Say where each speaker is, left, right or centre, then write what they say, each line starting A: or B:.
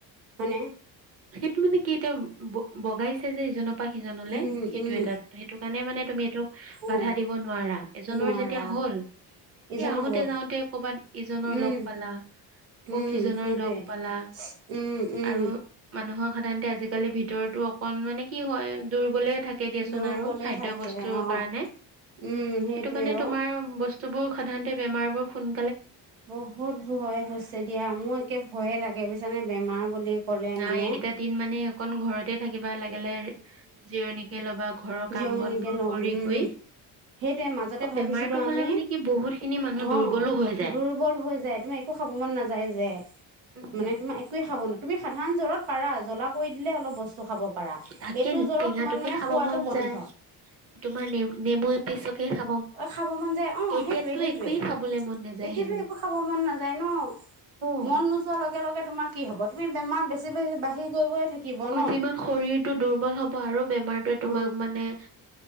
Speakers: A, on the right; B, on the right.
A: মানে
B: সেইটো মানে কি এতিয়া বগাইছে যে ইজনৰ পা সিজনলে
A: উম
B: সেইটো
A: উম
B: এটা দুটা সেইটো কাৰণে মানে তুমি এইটো
A: অ
B: বাধা দিব নোৱাৰা এজনৰ
A: নোৱাৰা
B: যেতিয়া হয় হল
A: ইজনৰ
B: এ আহোতে
A: হবই
B: যাওঁতে কৰবাত ইজনৰ
A: উম
B: লগ পালা আকৌ
A: উম
B: সিজনৰ
A: সেইটোৱে
B: লগ পালা
A: উম উম
B: আৰু মানুহৰ সাধাৰণতে আজিকালি ভিতৰতো অকন মানে কি হয় দুৰ্বলে থাকে দিয়াচোন
A: দুৰ্বলে
B: আৰু খাদ্য
A: থাকে
B: বস্তুৰ
A: অ
B: কাৰণে
A: উম সেইটোৱে
B: সেইটো কাৰণে
A: অ
B: তোমাৰ বস্তু স্তুবোৰ সাধাৰণতে বেমাৰবোৰ সুন
A: বহুত ভয় হৈছে দিয়া মোৰ একে ভয়ে লাগে বুজছানে বেমাৰ বুলি ক'লে
B: ন
A: মানে
B: এইকেইটা দিন মানে অকন ঘৰতে থাকিবা লাগিলে জিৰণিকে ল'বা ঘৰৰ
A: জিৱণী
B: কাম বন
A: কে
B: বোৰ
A: লম
B: কৰি
A: উম
B: কৰি
A: সেইটোয়ে মাজতে
B: আকৌ
A: ভাবিছিলো
B: বেমাৰটো
A: আমি
B: হলে মানে কি বহুত খিনি মানুহ
A: অ
B: দুৰ্বলো হৈ যায়
A: দুৰ্বল হৈ যায় তুমি একো খাব মন নাযায় যে
B: উম
A: মানে তোমা একোৱে খাব তুমি সাধাৰণ জ্বৰত পাৰা জ্বলা কৰি দিলে অলপ বস্তু খাব পাৰা
B: তাকে
A: এইটো জ্বৰত
B: টেঙাটোকে
A: তোমাক মানে
B: খাব
A: খোৱাটো
B: মন
A: বন্ধ
B: যায় তুমাৰ নেমু পিছ খাব
A: অ খাব মন যায় অ
B: এতিয়াতো
A: সেইটোয়ে সেইটোয়ে
B: একোৱেই খাবলৈ মন নাযায়
A: এতিয়াতো
B: হেনো
A: একো খাব মন নাযায় ন।
B: অ
A: মন নোযোৱাৰ লগে লগে তোমাৰ কি হব তুমি বেমাৰ বেছি বাঢ়ি গৈ গৈ থাকিব ন
B: অ যিমান শৰীৰটো দুৰ্বল হব আৰু বেমাৰটোৱে তোমাক
A: অ
B: মানে